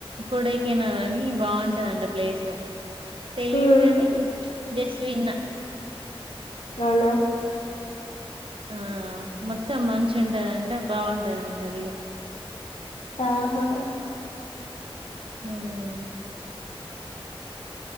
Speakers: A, on the right; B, on the left.
A: కొడైకెనాలని బావుంటదంట ప్లేసు తెలీదు
B: ఉమ్,
A: గని జస్ట్ విన్న
B: అవునా
A: ఆ మొత్తం మంచి ఉంటదంట బాగుంటదంట వ్యూవ్
B: ఆహా
A: హ్మ్